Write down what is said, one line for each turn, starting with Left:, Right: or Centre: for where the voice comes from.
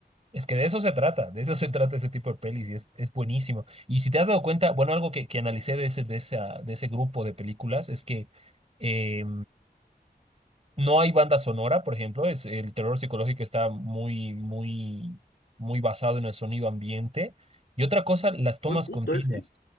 Right: Es que de eso se trata, de eso se trata ese tipo de pelis y es, es buenísimo. Y si te has dado cuenta, bueno, algo que, que analicé de ese, de esa, de ese grupo de películas es que eh, no hay banda sonora, por ejemplo, es, el terror psicológico está muy, muy, muy basado en el sonido ambiente. Y otra cosa, las tomas
Left: Buen punto
Right: continuas.
Left: ese, eh.